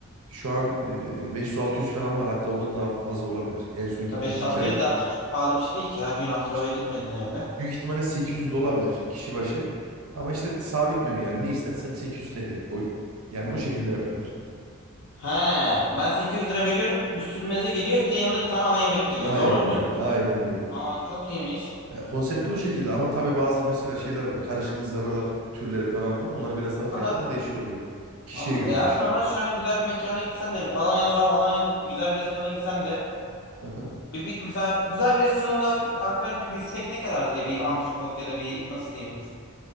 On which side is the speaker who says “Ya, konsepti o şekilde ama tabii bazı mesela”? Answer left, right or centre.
Right